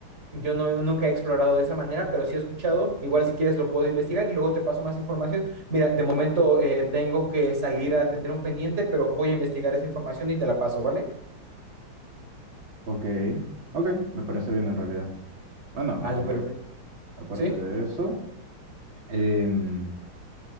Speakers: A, on the right (about 30°); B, on the right (about 65°).
A: Yo no, nunca he explorado de esa manera, pero sí he escuchado. Igual si quieres lo puedo investigar y luego te paso más información. Mira, de momento eh, tengo que salir a atender un pendiente, pero voy a investigar esa información y te la paso, ¿vale?
B: Ok, ok, me parece bien en realidad. Bueno,
A: Vale,
B: aparte,
A: perfecto.
B: aparte
A: ¿Sí?
B: de eso, em,